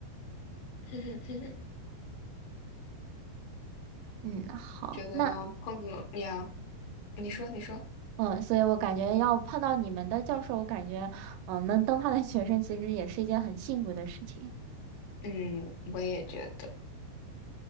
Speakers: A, on the left; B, on the right.
A: <laughs>
B: 嗯，好，
A: 觉得碰了呀，
B: 那。
A: 你说你说，
B: 嗯，所以我感觉要碰到你们的教授，我感觉，嗯，能当他的学生其实也是一件很幸福的事情。
A: 嗯，我也觉得。